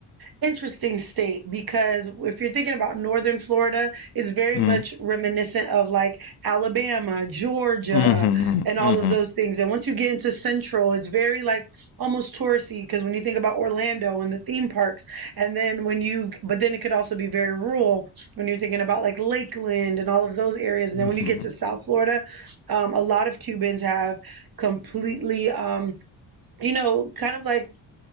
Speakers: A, on the right; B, on the left.
A: interesting state because if you're thinking about northern Florida, it's very
B: mm.
A: much reminiscent of like Alabama, Georgia,
B: Mhm,
A: and all
B: mhm,
A: of those things. And once you get into central, it's very like almost touristy because when you think about Orlando and the theme parks, and then when you, but then it could also be very rural when you're thinking about like Lakeland and all of those areas. And
B: mhm,
A: then when you get to South Florida, um, a lot of Cubans have completely. Um, you know, kind of like